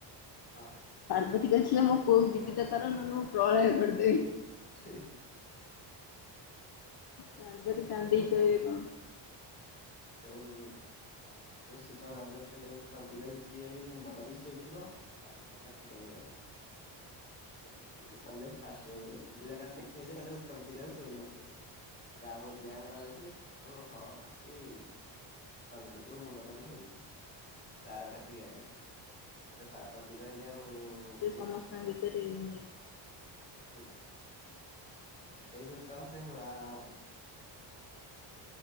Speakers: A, on the left; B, on the left.
A: ହଁ।
B: ପାର୍ବତୀ କହିଥିଲେ ମୋ ପୁଅକୁ ଜିବିତ କର ନହେଲେ ମୁଁ ପ୍ରଳୟ କରିଦେବି।
A: <unintelligible>
B: ପାର୍ବତି
A: ତାପରେ
B: କନ୍ଦିକି
A: ଯୋଉ
B: କହିବେ କଣ?
A: ଯୋଉ। ଯୋଉ ଶିବ ତପରେ କହିଲେ ଉତର ଦଗରେ ଯିଏ ବି ମୁଣ୍ଡ କରିକି ଶୋଇଥିବ ତା ମୁଣ୍ଡ କାଟିକି ଆଣିବ ଭାରି। ତାପରେ ଇଏ ଗଲେ ଫାଷ୍ଟ ଗୋଟେ ଜାଗା ରେ ଦେଖିଲେ ଯେ କହିଲେ ଉତ୍ତର ଦିଗରେ ଶୋଇ ନଥିଲେ। ତା ପରେ ଆଉ ଗୋଟେ ଜାଗା ଗଲେଯେ ଛୋଟ ହ ହାତୀ। ଉତର ଦିଗକୁୁ ମୁଣ୍ଡ କରି ଶୋଇଛି ତାପରେ ତାର କାଟିକି ଆଇଲେ। ଆରେ ପାର୍ବତୀ କହିଲେ ଆଉ
B: ସେ
A: ଇଏ
B: ସମସ୍ତଙ୍କ ଭିତରେ ୟୁନିକ।
A: ହୁଁ ତା ପରେ ସେଇଠୁ ତା ସେଇ ଆ ମ ।